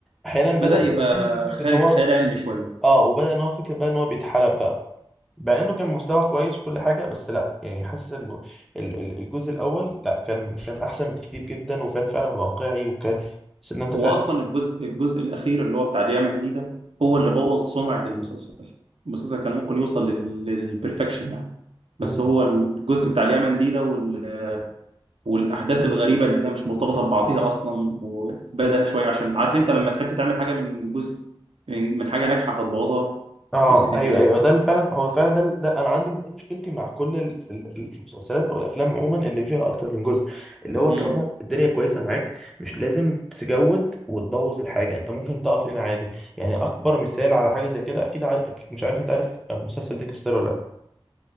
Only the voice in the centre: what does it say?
احيانا بدأ
يبقى
فيه فكره
ان هو
اه وبدأ ان هو فكره بقى ان هو بيتحلب بقى مع انه كان مستوى كويس وكل حاجه بس لا يعني حاسس ان ال- ال- الجزء الاول لا كان كان احسن بكتير جدا وكان فعلا واقعي وكان حاسس ان انت
فعلا
إمم،
اه
ايوه
ايوه ده اللي فعلا هو فعلا ده, ده انا عندي دي مشكلتي مع كل ال- ال- المسلسلات او الافلام عموما اللي فيها اكتر من جزء اللي هو
طالما الدنيا كويسه معاك مش لازم تجود وتبوظ الحاجه انت ممكن تقف هنا عادي يعني اكبر مثال على حاجه زي كده اكيد عارف مش عارف انت عارف مسلسل ديكستر ولا لا